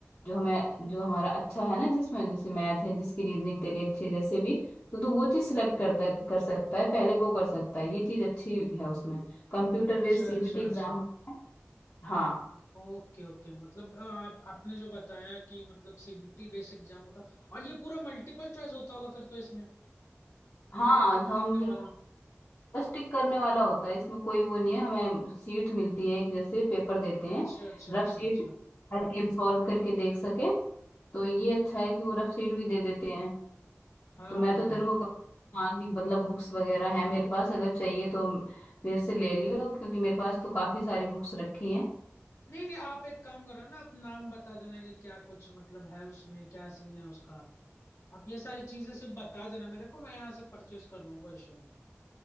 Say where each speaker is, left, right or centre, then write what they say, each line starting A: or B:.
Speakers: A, on the left (about 60°); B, on the left (about 80°).
A: जो हमें जो हमारा अच्छा है ना जिसमें जैसे मैथ है जिसकी रीजनिंग तेरी अच्छी है जैसे भी तो तू वो चीज सिलेक्ट करता कर सकता है पहले वो कर सकता है ये चीज अच्छी है उसमें कंप्यूटर
B: अच्छा
A: बेस्ड सीबीटी
B: अच्छा
A: एग्जाम
B: अच्छा
A: होता है हाँ
B: ओके ओके मतलब अ, आप आपने जो बताया कि मतलब सीबीटी बेस एग्जाम होता और ये पूरा मल्टीपल चॉइस होता होगा फिर तो इसमें
A: हाँ
B: खाली टिक
A: हम
B: करने
A: बिल्कुल
B: वाला
A: बस टिक करने वाला होता है इसमें कोई वो नहीं है हमें सीट मिलती है एक जैसे पेपर देते हैं
B: अच्छा अच्छा
A: रफ
B: अच्छा
A: सीट
B: अच्छा
A: ताकि हम सॉल्व करके देख सके तो ये अच्छा है कि वो रफ सीट भी दे देते हैं
B: हाँ
A: तो मैं
B: हाँ
A: तो
B: हाँ
A: तेरे को कह- हाँ कि मतलब बुक्स वगैरह है मेरे पास अगर चाहिए तो मेरे से ले लियो क्योंकि मेरे पास तो काफी सारी बुक्स रखी हैं
B: नहीं नहीं आप एक काम करो ना आप नाम बता देना कि क्या कुछ मतलब है उसमें क्या सीन है उसका आप ये सारी चीजें सिर्फ बता देना मेरे को मैं यहाँ से परचेस कर लूँ कोई इशू नहीं है।